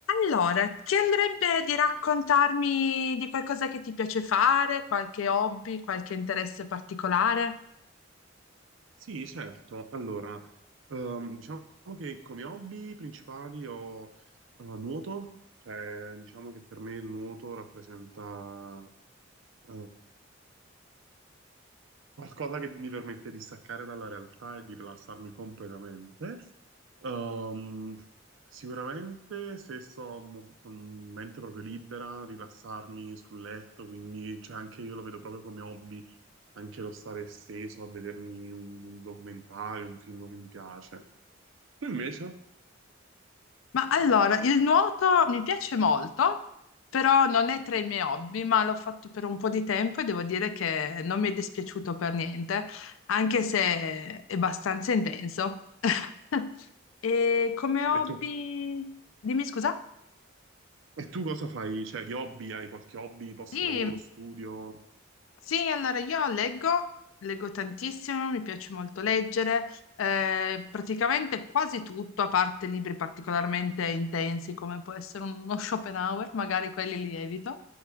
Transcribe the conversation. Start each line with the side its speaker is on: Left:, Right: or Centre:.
Left: Allora, ti andrebbe di raccontarmi di qualcosa che ti piace fare, qualche hobby, qualche interesse particolare?
Right: Sì, certo. Allora, ehm, diciamo che come hobby principali ho eh, nuoto, cioè diciamo che per me il nuoto rappresenta eh, Qualcosa che mi permette di staccare dalla realtà e di rilassarmi completamente. Ehm, sicuramente se sto m- con mente proprio libera, rilassarmi sul letto, quindi cioè, anche io lo vedo proprio come hobby, anche lo stare steso a vedermi un documentario, un film che mi piace. Tu invece?
Left: Ma allora, il nuoto mi piace molto, però non è tra i miei hobby, ma l'ho fatto per un po' di tempo e devo dire che non mi è dispiaciuto per niente, anche se è abbastanza intenso. <laughs> E come hobby...
Right: E tu?
Left: Dimmi scusa?
Right: E tu cosa fai? Cioè, di hobby? Hai qualche hobby post
Left: Sì.
Right: lavoro, studio?
Left: Sì, allora io leggo, leggo tantissimo, mi piace molto leggere, eh, praticamente quasi tutto, a parte libri particolarmente intensi come può essere uno Schopenhauer, magari quelli li evito,